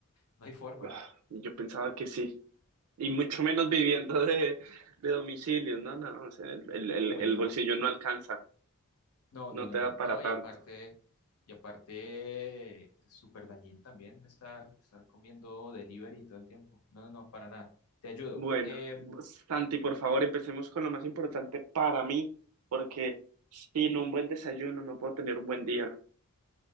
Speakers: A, on the left; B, on the right.
A: no hay forma.
B: Ah, yo pensaba que sí, y mucho menos viviendo de, de domicilio, ¿no? No, o sea, el, el, el
A: Uy,
B: el
A: no.
B: bolsillo no alcanza,
A: No,
B: no
A: no, no,
B: te
A: no.
B: da para
A: No,
B: tanto.
A: y aparte, y aparte, súper dañino también estar, estar comiendo delivery todo el tiempo. No, no, no, para nada. Te ayudo.
B: Bueno,
A: Em,
B: Santi, por favor, empecemos con lo más importante para mí, porque sin un buen desayuno no puedo tener un buen día.